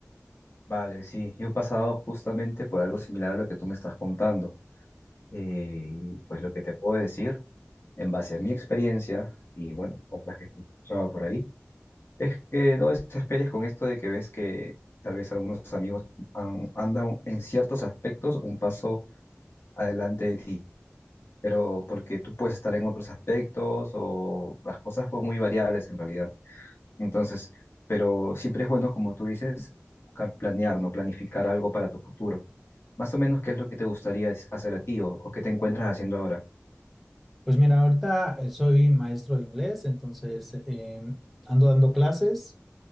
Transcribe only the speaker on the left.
Vale, sí, yo he pasado justamente por algo similar a lo que tú me estás contando. Eh, pues lo que te puedo decir, en base a mi experiencia y bueno, otras que he escuchado por ahí, es que no desesperes con esto de que ves que tal vez algunos amigos an- andan en ciertos aspectos un paso adelante de ti, pero porque tú puedes estar en otros aspectos o las cosas son muy variables en realidad. Entonces, pero siempre es bueno, como tú dices, buscar planear, ¿no? Planificar algo para tu futuro. Más o menos, ¿qué es lo que te gustaría es- hacer a ti o, o qué te encuentras haciendo ahora?